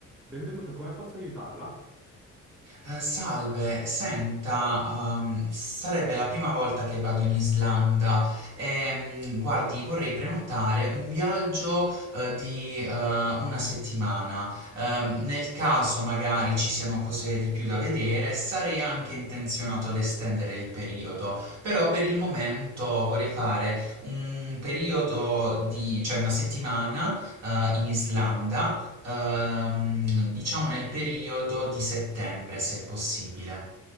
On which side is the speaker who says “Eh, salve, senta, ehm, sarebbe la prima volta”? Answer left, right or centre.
Right